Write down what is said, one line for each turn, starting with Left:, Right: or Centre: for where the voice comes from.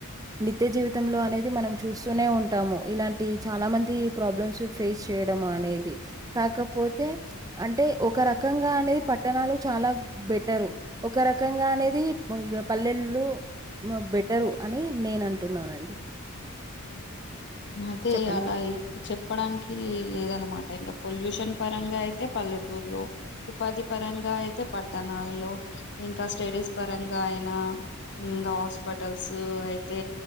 Right: నిత్య జీవితంలో అనేది మనం చూస్తూనే ఉంటాము ఇలాంటి చాలా మంది ప్రాబ్లమ్స్ ఫేస్ చేయడం అనేది కాకపోతే అంటే ఒక రకంగా అనేది పట్టణాలు చాలా బెటరు ఒక ఒక రకంగా అనేది పల్లెళు బెటరు అని నేను అంటున్నానండి
Left: అదే
Right: చెప్పండి.
Left: అలా చెప్పడానికి లేదనమాట ఇంకా పొల్యూషన్ పరంగా అయితే పల్లెటూర్లో ఉపాధి పరంగా అయితే పట్టణాల్లో ఇంకా స్టడీస్ పరంగా అయినా ఇంకా హాస్పిటల్స్ అయితే